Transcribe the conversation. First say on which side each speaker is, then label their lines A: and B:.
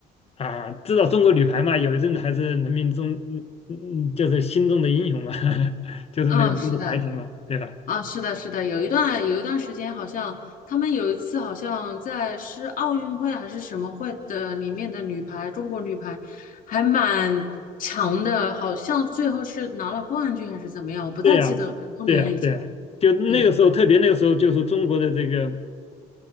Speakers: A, on the left; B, on the left.
A: 啊，知道中国女排嘛？有一阵子还是人民中嗯嗯，嗯就是心中的英雄嘛，<laughs> 就是那个那个排球嘛，
B: 嗯，是的，
A: 对吧？
B: 啊，是的，是的，有一段有一段时间，好像他们有一次好像在是奥运会还是什么会的里面的女排，中国女排还蛮强的，好像最后是拿了冠军还是怎么样，我不太记得了很多年以前。
A: 对呀，对呀，对呀，就那个时候，
B: 对，
A: 特别那个时候，就是中国的这个